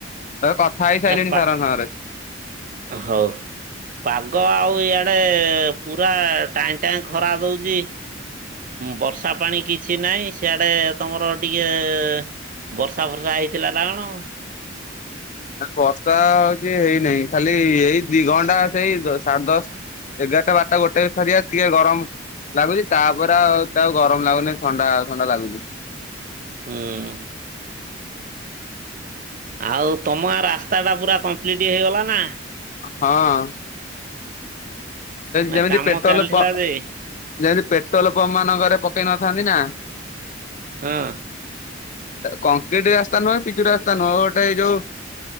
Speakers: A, on the left; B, on the right.
A: ତ କଥା ହେଇ ସାରିଲିଣି
B: ଏ ପା
A: ସାରଙ୍କ ସାଙ୍ଗରେ।
B: ହଉ ପାଗ ଆଉ ଇଆଡେ ପୁରା ଟାଇଁ ଟାଇଁ ଖରା ଦଉଚି। ବର୍ଷା ପାଣି କିଛି ନାହିଁ ସିଆଡେ ତମର ଟିକେ କେ ବର୍ଷା ଫର୍ଷା ହେଇଥିଲା ନା କଣ?
A: ବର୍ଷା ହଉଛି ହେଇନାହିଁ ଖାଲି ଏଇ ଦି ଘଣ୍ଟା ସେଇ ସାଢେ ଦଶ ଏଗାରଟା, ବାର ଟା, ଗୋଟେ ସରିଆ ଟିକେ ଗରମ ଲାଗୁଛି ତାପରେ ଆଉ ତାଉ ଗରମ ଲାଗୁନି ଥଣ୍ଡା ଥଣ୍ଡା ଲାଗୁଛି।
B: ହୁଁ ଆଉ ତମ ଗାଁ ରାସ୍ତା ଟା ପୁରା କମ୍ପ୍ଲିଟ ହେଇଗଲା ନା?
A: ହଁ
B: ନା
A: ଯେମିତି
B: କାମ
A: ପେଟ୍ରୋଲମ୍
B: ଚାଲିଥିଲା ଯେ
A: ଯେମିତି ପେଟ୍ରୋଲ ପମ୍ପ ମାନଙ୍କରେ ପକାଇ ନଥାନ୍ତି ନା
B: ହଁ
A: କଂକ୍ରିଟ ରାସ୍ତା ନୁହେଁ ପିଚୁ ରାସ୍ତା ନୁହେଁ ଗୋଟେ ଯୋଉ